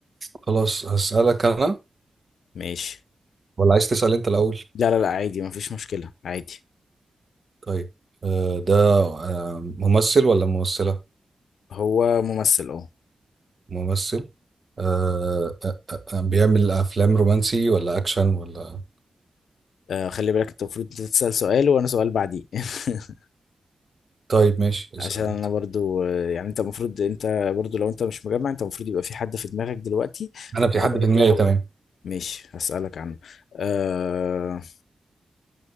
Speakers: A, on the right; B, on the left.
A: خلاص هسألك انا
B: ماشي
A: ولا عايز تسأل انت الأول
B: لا لا لا عادي مفيش مشكلة عادي
A: طيب آه ده آه ممثل ولا ممثلة
B: هو ممثل اه
A: ممثل آه، آه، آه، آه، بيعمل افلام رومانسي ولا اكشن ولا
B: آه، خلي بالك انت المفروض تسأل سؤال وانا سؤال بعديه <laughs>
A: طيب ماشي اسال
B: عشان انا
A: انت
B: برضو آه، يعني انت المفروض انت برضو لو انت مش مجمع انت المفروض يبقى في حد في دماغك دلوقتي
A: انا
B: وانا
A: في حد في
B: برضو
A: دماغي تمام
B: ماشي هسألك عنه آه